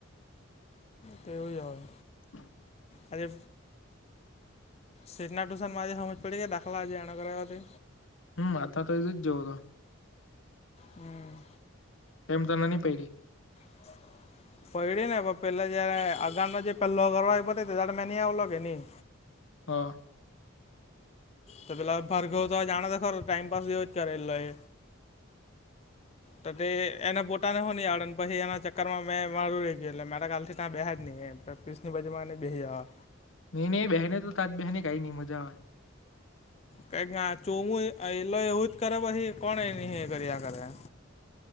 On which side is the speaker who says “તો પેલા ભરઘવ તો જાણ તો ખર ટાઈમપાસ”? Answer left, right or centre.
Left